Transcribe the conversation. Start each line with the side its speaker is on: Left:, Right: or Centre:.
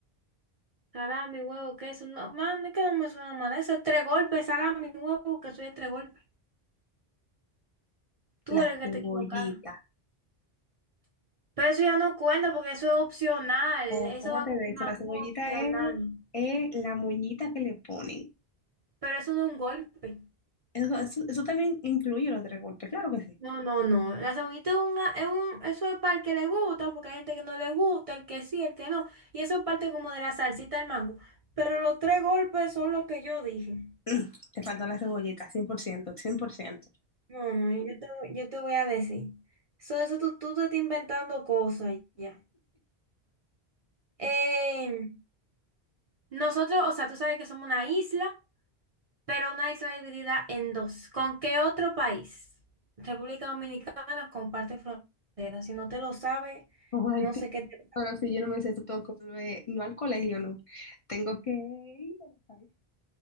Right: Salami, huevo, queso. No, man, es que no me suena mal. Eso es tres golpes. Salami, huevo, queso es tres golpes. Tú
Left: la
Right: eres el que
Left: cebollita.
Right: te equivocaron. Pero eso ya no cuenta porque eso es opcional.
Left: O
Right: Eso
Left: ¿cómo
Right: va
Left: te
Right: con
Left: ves?
Right: el mangú
Left: La cebollita
Right: opcional.
Left: es, es la moñita que le ponen.
Right: Pero eso no es un golpe.
Left: Eso, eso, eso también incluye los tres golpes, claro que sí.
Right: No, no, no. La cebollita es un, es un, eso es para el que le gusta, porque hay gente que no le gusta, el que sí, el que no. Y eso es parte como de la salsita del mango. Pero los tres golpes son lo que yo dije.
Left: Mm, te faltó la cebollita, 100%, 100%.
Right: No, no, yo te, yo te voy a decir. So, eso tú, tú te estás inventando cosas ya. Eh, nosotros, o sea, tú sabes que somos una isla, pero una isla dividida en dos. ¿Con qué otro país? República Dominicana comparte frontera. Si no te lo sabes,
Left: Ay,
Right: no
Left: tú,
Right: sé qué te...
Left: pero si yo no me sé esto, tengo que volver, no al colegio, no. Tengo que ir al país.